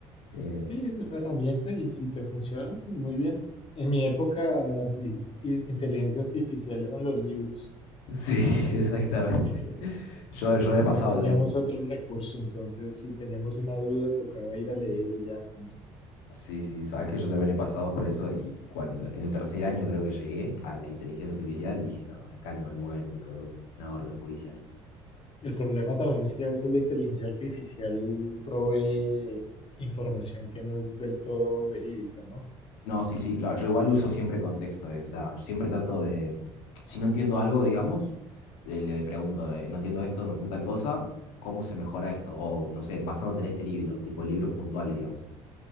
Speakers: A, on the left; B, on the left.
A: Eh,
B: Sí, es una herramienta y si te funciona, pues muy bien. En mi época la arti- i- inteligencia artificial eran los libros.
A: sí, <laughs> exactamente.
B: Eh,
A: Yo,
B: no,
A: yo he
B: no
A: pasado
B: teníamos
A: también,
B: otro recurso, entonces si teníamos una duda tocaba ir a leer y ya, punto.
A: sí, sí, sabes que yo también he pasado por eso y cuando en tercer año creo que llegué a la inteligencia artificial dije, no, acá no me mueven ni con un- una orden judicial.
B: El problema también es que a veces la inteligencia artificial provee información que no es del todo verídica, ¿no?
A: No, sí, sí, claro. Yo igual uso siempre contexto, eh, O sea, siempre trato de. Si no entiendo algo, digamos, eh, le pregunto, eh, no entiendo esto, no entiendo tal cosa, ¿cómo se mejora esto? O no sé, basándote en este libro, tipo libros puntuales, digamos.